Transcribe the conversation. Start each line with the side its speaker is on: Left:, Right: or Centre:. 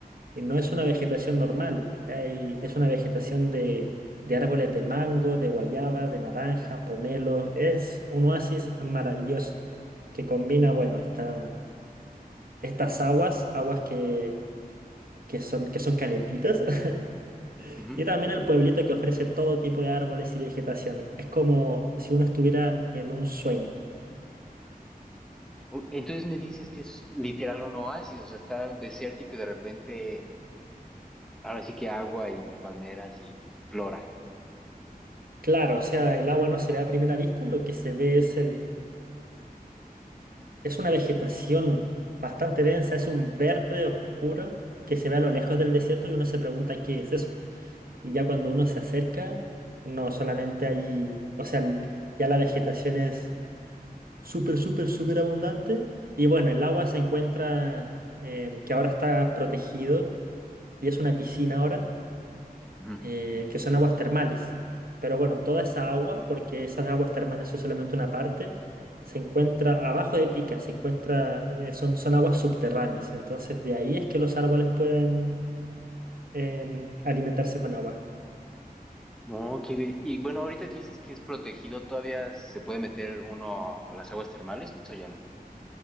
Right: Y no es una vegetación normal, hay- es una vegetación de, de árboles de mango, de guayaba, de naranja, pomelo. Es un oasis maravilloso que combina, bueno, esta- estas aguas, aguas que, que son, que son calentitas, <laughs>
Centre: ujú.
Right: y también el pueblito que ofrece todo tipo de árboles y vegetación. Es como si uno estuviera en un sueño.
Centre: O- Entonces me dices que es literal un oasis, o sea, está desértico y de repente, ahora sí que agua y palmeras y flora.
Right: Claro, o sea, el agua no se ve a primera vista, lo que se ve es Es una vegetación bastante densa, es un verde oscuro que se ve a lo lejos del desierto y uno se pregunta qué es eso. Y ya cuando uno se acerca, no solamente hay, o sea, l- ya la vegetación es súper, súper, súper abundante. Y bueno, el agua se encuentra, em, que ahora está protegido y es una piscina ahora
Centre: Ujú.
Right: eh, que son aguas termales. Pero bueno, toda esa agua, porque esas aguas termales son solamente una parte, se encuentra abajo de Pica, se encuentra, eh, son, son aguas subterráneas. Entonces de ahí es que los árboles pueden em, alimentarse con agua.
Centre: Oh, qué bien. Y bueno, ahorita que dices que es protegido, ¿todavía se puede meter uno a las aguas termales o ya no?